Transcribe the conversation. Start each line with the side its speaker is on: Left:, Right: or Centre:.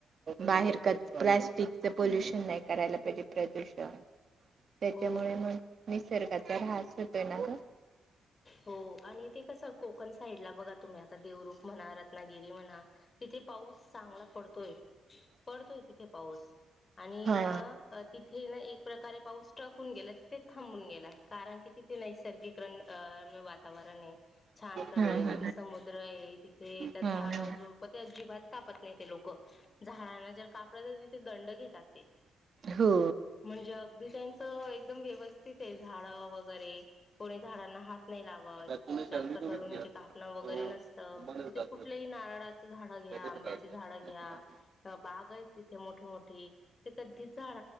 Right: बाहेर
Left: हम्म हम्म
Right: काच प्लॅस्टिकच पोल्युशन नाही करायला पाहिजे. प्रदूषण त्याच्यामुळे
Left: हो
Right: मग निसर्गाचा रास होतोय ना ग.
Left: हो आणि ते कसं कोकण साईड ला बघा तुम्ही आता देवरवरूप म्हणा. रत्नागिरी म्हणा तिथे पाऊस चांगला पडतोय-पडतोय तिथे पाऊस. आणि
Right: हा
Left: ना तिथे ना एक. प्रकारे पाऊस ट्रकुन गेला. तिथे थांबून गेला आहे. कारण की तिथे नैसर्गिक रन आ.. वातावरण आहे. छान प्रकारे
Right: हम्म
Left: तिथे समुद्र आहे. तिथे तर
Right: हम्म
Left: झाड
Right: हम्म.
Left: झुडप तर अजीब. बात कापत नाही ते लोक. झाडांना जर कापल ना तिथे दंड घेतात ते.
Right: हो
Left: म्हणजे अगदी त्यांच एकदम व्यवस्थित आहे. झाड वगैरे कोणी झाडांना हात नाही लावत
Right: पर तूने सैलरी
Left: जास्त
Right: को
Left: करून
Right: भी
Left: म्हणजे.
Right: किया तो
Left: कापण वगैरे
Right: मम्मा
Left: नसतं
Right: ने बता
Left: तिथे
Right: दिया
Left: कुठल्याही नारळाचं झाड घ्या.
Right: पहले
Left: आंबची
Right: बता दिया
Left: झाड घ्या.
Right: ऐसे बारे में
Left: बाग आहेत तिथे मोठी-मोठी ते कधी झाड